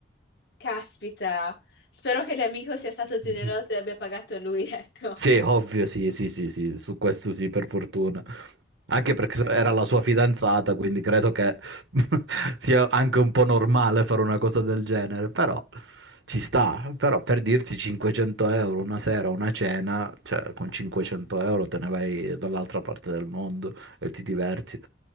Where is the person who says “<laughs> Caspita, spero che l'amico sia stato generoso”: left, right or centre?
Left